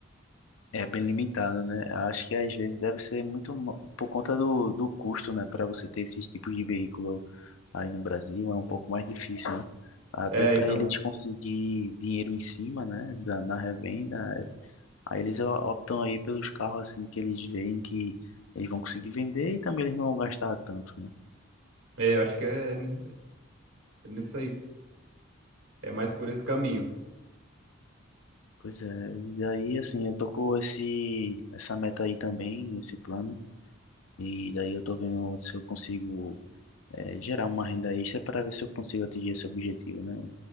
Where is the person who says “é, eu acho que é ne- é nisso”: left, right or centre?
Right